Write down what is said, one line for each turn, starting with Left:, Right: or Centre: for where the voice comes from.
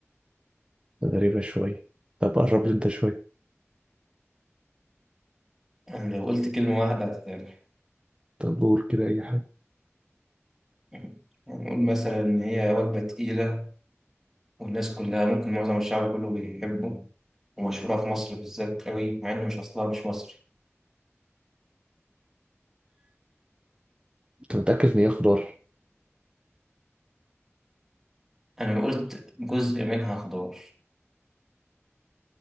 Right: غريبة شوية طب قرب لي انت شوية
Centre: أنا لو قلت كلمة واحدة هتتعمل
Right: طب قول كده أي حاجة
Centre: يعني نقول مثلا إن هي وجبة تقيلة والناس كلها ممكن معظم الشعب كله بيحبه ومشهورة في مصر بالذات قوي مع إن مش أصلها مش مصري
Right: أنت متأكد إن هي خضار
Centre: أنا قلت جزء منها خضار